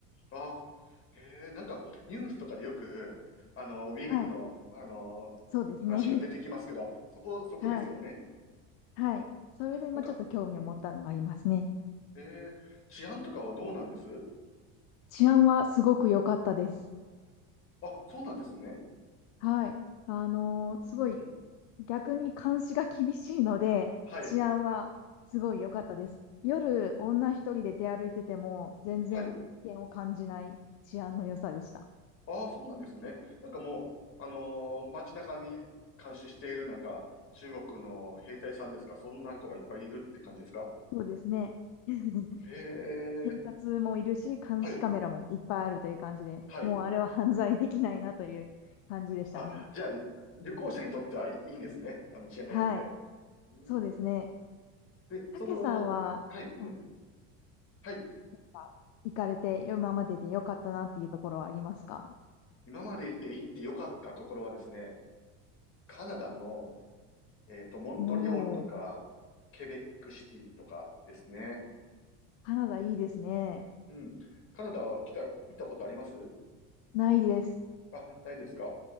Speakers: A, on the left; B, on the left.
A: あ、へえ、なんかニュースとかでよく、あの、ウイグルの、
B: はい。
A: あの、
B: そうですね。
A: 話が出てきますけど、そこ、そこですよね。
B: <laughs> はい。はい。それで、
A: なんか、
B: まあ、ちょっと興味を持ったのはありますね。
A: うん。えー、治安とかはどうなんです
B: 治安はすごく良かったです。
A: あ、そうなんですね。
B: はい。あのーすごい、
A: うん。
B: 逆に監視が厳しいので、
A: はい、
B: 治安はすごい良かったです。夜、女一人で出歩いてても、全然危険を感じない治安の良さでした。
A: はい。ああ、そうなんですね。なんかもう、あのー街中に監視しているなんか、中国の兵隊さんですかそんな人がいっぱいいるって感じですか
B: そうですね。<laughs>
A: へえ、
B: 警察もいるし、監視カメラもいっぱいあるという感じで、
A: はい、はい。
B: もうあれは犯罪できないなという感じでしたね。
A: あ、じゃあ、旅行者にとってはいいんですね。あの、治安が良くて。
B: はい。
A: うん、
B: そうですね。
A: で、その、
B: たけさんは、
A: はい、うん、
B: あ
A: はい。
B: か行かれて、今までで良かったなっていうところはありますか
A: 今までで行って良かったところはですね、カナダの、えっと、モントリオールとか、
B: おおー、
A: ケベックシティとかですね。
B: カナダいいですね。
A: うん。カナダは来た、行ったことあります
B: ないです。
A: あ、ないですか